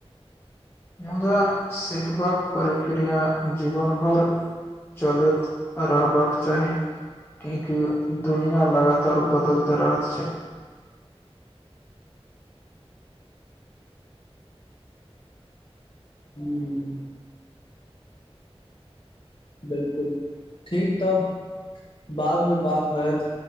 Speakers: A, on the left (about 20°); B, on the left (about 55°).
A: मुदा शिखबाक प्रक्रिया जीवन भर चलैत रहबाक चाही किएक दुनिया लगातार बदलैत रहत छै
B: ह्म बिल्कुल ठीक तब बादमे बात होयत